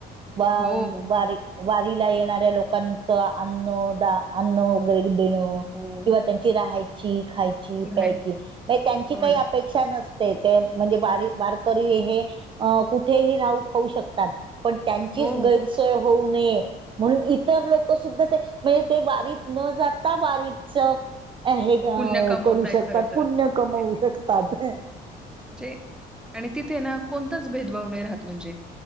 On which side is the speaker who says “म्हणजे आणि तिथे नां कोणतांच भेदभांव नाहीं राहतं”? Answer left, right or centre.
Centre